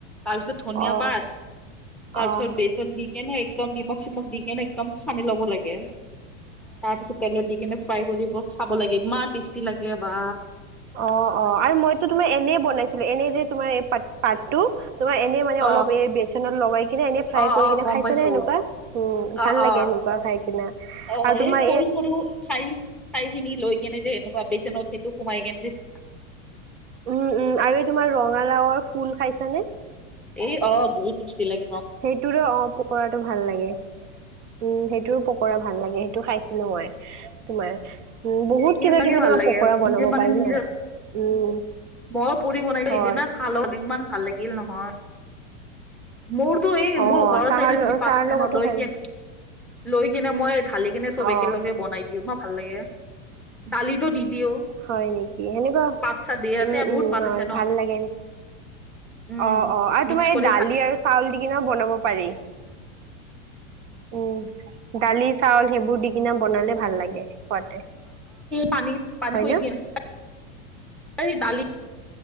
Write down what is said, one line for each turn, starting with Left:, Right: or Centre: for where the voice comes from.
Centre: তাৰপিছত ধনিয়া
Right: অ',
Centre: পাত, তাৰপিছত
Right: অ', অ',
Centre: বেচন দি কেনে একদম নিমখ চিমখ দি কেনে একদম সানি ল'ব লাগে, তাৰপিছত তেলত দি কিনে ফ্ৰাই কৰিব খাব লাগে ইমান টেষ্টি লাগে বা।
Right: অ অ আৰু মইতো তোমাৰ এনে বনাইছিলো এনে যে তোমাৰ এই প পাতটো, তোমাৰ এনেই মানে
Centre: অ
Right: অলপ এ বেচনত লগাই কিনে এনে ফ্ৰাই
Centre: অ
Right: কৰি
Centre: অ
Right: কিনে
Centre: গম
Right: খাইছে
Centre: পাইছো
Right: নে এনেকোৱা উম
Centre: অ
Right: ভাল লাগে
Centre: অ
Right: এনেকুৱা খাই কিনা
Centre: অ
Right: আৰু তোমাৰ
Centre: এই সৰু সৰু ঠাই ঠাইখিনি লৈ কেনে যে ভাবিছে ন সেইটোও সোমাই গেঞ্জি ত
Right: উম উম আৰু এই তোমাৰ ৰঙালাওৰ ফুল খাইছানে
Centre: এই অ বৰ টেষ্টি লাগে অ
Right: সেইটোৰে অ', পকৰাটো ভাল লাগে উম সেইটোৰো পকৰা ভাল লাগে সেই টো খাইছিলো মই তোমাৰ উম, বহুত কিবা
Centre: এইভাগে
Right: কিবি
Centre: ভাল
Right: তোমাৰ
Centre: লাগে
Right: পকৰা বনাব
Centre: নিজে মানে
Right: পাৰি
Centre: নিজে
Right: ন। উম,
Centre: মইয়ো পুৰি বনাইছো
Right: হয়।
Centre: সিদিনা চালৰ ইমান ভাল লাগিল নহয়। মোৰতো এই,
Right: অ',
Centre: মোৰ ঘৰৰ
Right: চাহৰ
Centre: চাইডত
Right: ল-
Centre: যি পাত
Right: চাহৰ
Centre: আছে
Right: লগতো
Centre: ন লৈকে।
Right: খাই
Centre: লৈ কিনে মই ঢালি কিনে চব
Right: অ',
Centre: একেলগে বনাই দিওঁ ন ভাল লাগে, দালিতো দি। দিও
Right: হয় নেকি? সেনেকুৱা
Centre: পাত চাত দিয়ে ইয়াতে
Right: উম
Centre: বহুত
Right: উম,
Centre: পাত
Right: হয়,
Centre: আছে ন
Right: ভাল লাগে।
Centre: উম
Right: অ' অ' আৰু
Centre: মিক্স
Right: তোমাৰ
Centre: কৰি
Right: এই দালি
Centre: খা
Right: আৰু চাউল দি কেনেও বনাব পাৰি। উম, দালি-চাউল সেইবোৰ দি কিনে বনালে ভাল লাগে। খোৱাতে
Centre: পানী <unintelligible>
Right: হয়
Centre: শুই
Right: ন।
Centre: কেনি, <unintelligible> দালি